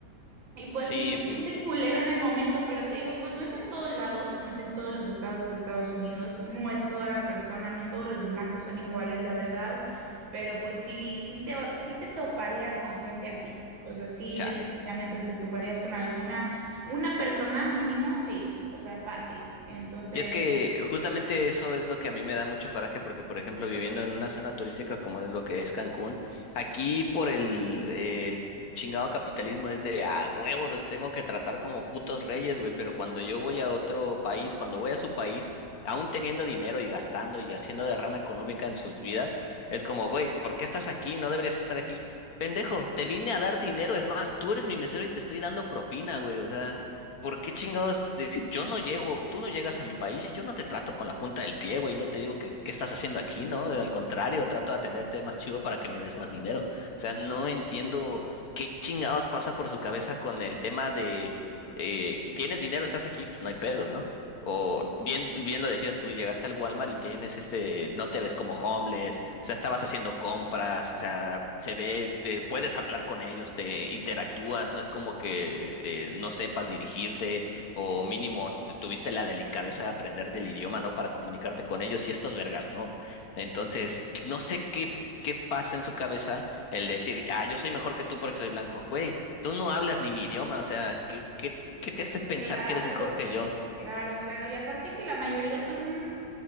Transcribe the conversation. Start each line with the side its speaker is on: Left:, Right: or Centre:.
Right: Y pues
Left: Sí,
Right: sí se
Left: mm,
Right: siente culero en el momento, pero te digo, pues no es en todos lados, no es en todos los estados de Estados Unidos, no es toda la persona, no todos los blancos son iguales, la verdad, pero pues sí, sí te, va- sí te toparías con gente así, o sea, sí
Left: chale.
Right: definitivamente te toparías con alguna, una persona mínimo, sí, o sea, fácil. Entonces,
Left: Y es que justamente eso es lo que a mí me da mucho coraje porque, por ejemplo, viviendo en una zona turística como es lo que es Cancún, aquí por el, eh, el chingado capitalismo es de a huevo, los tengo que tratar como putos reyes, güey, pero cuando yo voy a otro país, cuando voy a su país, aún teniendo dinero y gastando y haciendo derrama económica en sus vidas, es como, güey, ¿por qué estás aquí? No deberías estar aquí. Pendejo, te vine a dar dinero, es más, tú eres mi mesero y te estoy dando propina, güey, o sea... ¿Por qué chingados? de- yo no llego, tú no llegas a mi país y yo no te trato con la punta del pie, güey, no te digo que qué estás haciendo aquí, ¿no? Al contrario, trato de atenderte más chido para que me des más dinero. O sea, no entiendo qué chingados pasa por su cabeza con el tema de, eh, tienes dinero, estás aquí, pues no hay pedo, ¿no? O bien, bien lo decías tú, llegaste al Walmart y tienes este, no te ves como homeless, o sea, estabas haciendo compras, o sea, se ve, te puedes hablar con ellos, te interactúas, no es como que eh, no sepas dirigirte o mínimo te tuviste la delicadeza de aprender del idioma, ¿no? Para comunicarte con ellos y estos vergas, ¿no? Entonces, no sé qué, qué pasa en su cabeza el decir, ah, yo soy mejor que tú porque soy blanco. Güey, tú no hablas ni mi idioma, o sea, ¿qué, qué, qué te hace pensar
Right: Claro,
Left: que eres mejor que yo?
Right: claro, claro. Y aparte que la mayoría son,